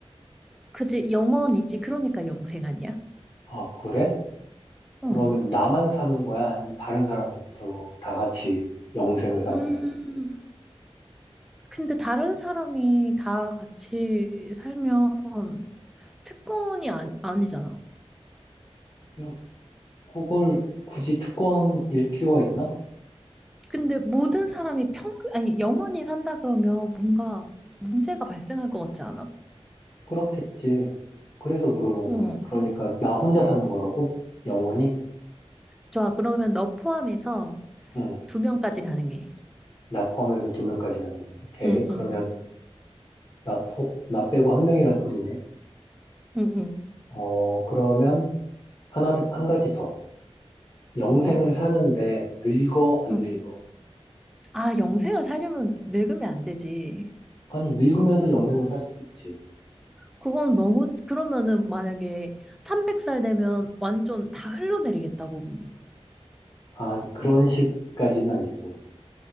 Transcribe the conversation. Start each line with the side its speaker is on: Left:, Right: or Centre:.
Centre: 그지, 영원이지. 그러니까 영생 아니야?
Left: 아, 그래? 그러면
Centre: 응.
Left: 나만 사는 거야? 아니면 다른 사람들도 다 같이 영생을 사는
Centre: 음.
Left: 거야?
Centre: 근데 다른 사람이 다 같이 살면 특권이 아니, 아니잖아.
Left: 야, 그걸 굳이 특권일 필요가 있나?
Centre: 근데 모든 사람이 평, 아니, 영원히 산다 그러면 뭔가 문제가 발생할 것 같지 않아?
Left: 그렇겠지. 그래서 물어본
Centre: 응.
Left: 거야. 그러니까 나 혼자 사는 거라고? 영원히?
Centre: 좋아. 그러면 너 포함해서
Left: 응.
Centre: 두 명까지 가능해.
Left: 나 포함해서 두 명까지 가는 양. 오케이.
Centre: 응,
Left: 그러면
Centre: 응,
Left: 나 포, 나 빼고 한 명이란 소리네.
Centre: 응, 응.
Left: 어, 그러면 하나, 더- 한 가지 더. 영생을
Centre: 뭐?
Left: 사는데 늙어, 안
Centre: 응.
Left: 늙어?
Centre: 아, 영생을 살려면 늙으면 안 되지.
Left: 아니, 늙으면서 영생을 살 수도 있지.
Centre: 그건 너무, 그러면은 만약에 300살 되면 완전 다 흘러내리겠다, 몸이.
Left: 아니, 그런 식까지는 아니고.